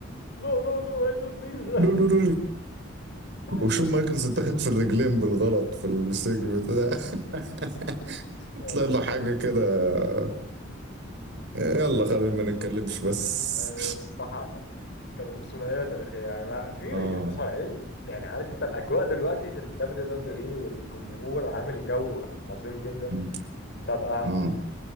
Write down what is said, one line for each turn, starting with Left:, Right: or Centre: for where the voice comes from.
Left: No, no, no, I don't mean that.
Right: نو نو نو
Left: <laughs>
Right: <laughs> وشون مايكلز اتاخد في الرجلين بالغلط في السيجمنت ده <laughs>
Left: آه.
Right: طلع له حاجة كده يلا خلينا ما نتكلمش بس
Left: آه، صح كانوا ثنائية تاريخية يعني
Right: <laughs>
Left: أنا- في
Right: اه
Left: في مصارعين يعني عارف انت الأجواء دلوقتي في ال WWE والجمهور عامل جو عظيم جدا
Right: مم.
Left: ببقى
Right: اه